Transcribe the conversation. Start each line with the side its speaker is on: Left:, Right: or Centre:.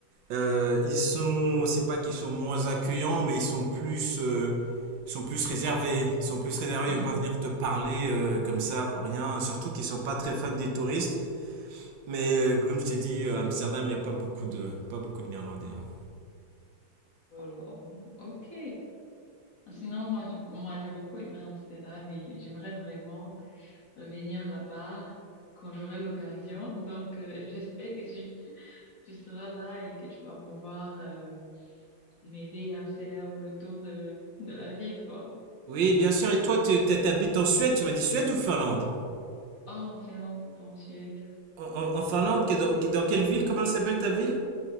Right: euh, ils sont, c'est pas qu'ils sont moins accueillants, mais ils sont plus, euh, ils sont plus réservés. Ils sont plus réservés.
Left: Mhm.
Right: Ils vont pas venir te parler euh, comme ça pour rien. Surtout qu'ils sont pas très fans des touristes. Mais euh, comme je t'ai dit, euh, Amsterdam, il n'y a pas beaucoup de, pas beaucoup de Néerlandais. hein.
Left: Alors, ok. Sinon, moi, je- moi, j'ai beaucoup aimé Amsterdam et j'aimerais vraiment revenir là-bas quand j'aurai l'occasion. Donc, euh, j'espère que tu, tu seras là et que tu vas pouvoir, euh, m'aider à faire le tour de, de la ville, quoi.
Right: Oui, bien sûr. Et toi, tu t'habites en Suède? Tu m'as dit Suède ou Finlande?
Left: oh en Finlande, pas en Suède.
Right: En, en- en Finlande, qu'est- dans, qu'est- dans quelle ville? Comment elle s'appelle ta ville?